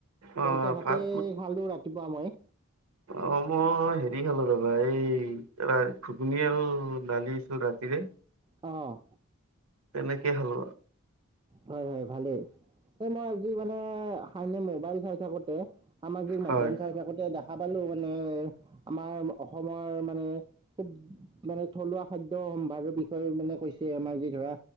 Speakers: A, on the right (about 85°); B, on the right (about 20°).
A: অ
B: পইতা ভাতে
A: ভাত
B: খালো ৰাতিপুৱা মই।
A: অঁ, মই হেৰি খালো ৰ'বা! এই আ ঘুগুনি আৰু দালি আছিল ৰাতিৰে
B: অঁ।
A: তেনেকেই খালো আৰু।
B: হয়, হয় ভালেই। এ মই আজি মানে খাই এনেই ম'বাইল চাই থাকোতে, সামাজিক মাধ্যম
A: হয়
B: চাই থাকোতে দেখা পালোঁ মানে আমাৰ অসমৰ মানে খুব মানে থলুৱা খাদ্য সম্ভাৰৰ বিষয়ে মানে কৈছে। আমাৰ যি ধৰা